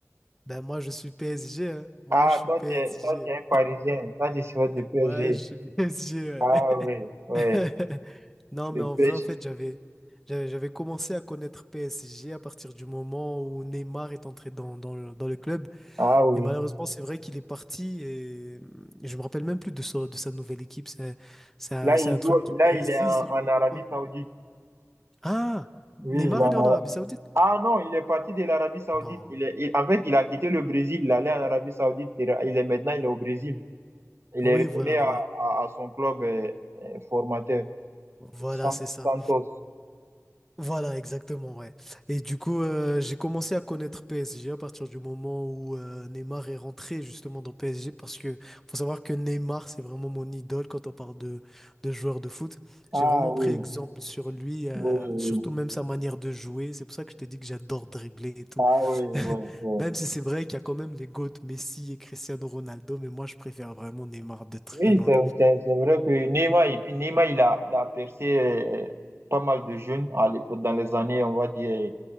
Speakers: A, in the centre; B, on the right.
A: Ben moi, je suis PSG, hein. Moi,
B: Ah,
A: je suis
B: toi,
A: PSG.
B: tu es, toi, tu es un Parisien. Toi, tu supportes le PSG.
A: Moi, je suis PSG, ouais.
B: Ah oui, ouais.
A: <laughs> Non,
B: Le
A: mais en vrai,
B: PSG.
A: en fait, j'avais, j'avais, j'avais commencé à connaître PSG à partir du moment où Neymar est entré dans, dans le, dans le club.
B: Ah oui.
A: Mais malheureusement, c'est vrai qu'il est parti et euh, je me rappelle même plus de sa, de sa nouvelle équipe. C'est c'est un,
B: Là,
A: c'est
B: il
A: un
B: joue,
A: truc du
B: là,
A: Brésil,
B: il est en,
A: si je
B: en
A: ne
B: Arabie
A: me trompe pas.
B: Saoudite.
A: Ah!
B: Oui,
A: Neymar,
B: il est en
A: il est
B: Ara-
A: en Arabie Saoudite?
B: Ah non, il est parti de l'Arabie Saoudite.
A: Non.
B: Il est, il- en fait, il a quitté le Brésil. Il allait en Arabie Saoudite. Il est il est- maintenant, il est au Brésil. Il
A: Oui,
B: est retourné
A: voilà,
B: à,
A: voilà.
B: à, à son club euh, euh, formateur,
A: Voilà,
B: Sant-
A: c'est ça.
B: Santos.
A: Voilà, exactement, ouais. Et du coup, euh, j'ai commencé à connaître PSG à partir du moment où euh, Neymar est rentré justement dans PSG parce que faut savoir que Neymar, c'est vraiment mon idole quand on parle de, de joueur de foot.
B: Ah
A: J'ai vraiment
B: oui.
A: pris exemple sur lui, euh,
B: Oui, oui.
A: surtout même sa manière de jouer. C'est pour ça que je t'ai dit que j'adore dribbler et tout.
B: Ah oui,
A: <laughs>
B: oui, oui.
A: Même si c'est vrai qu'il y a quand même les GOAT Messi et Cristiano Ronaldo, mais moi je préfère vraiment Neymar de très
B: Oui,
A: loin.
B: c'est c'est- c'est vrai que Neymar, et puis Neymar, il a, il a percé euh, pas mal de jeunes à l'époque, dans les années, on va dire,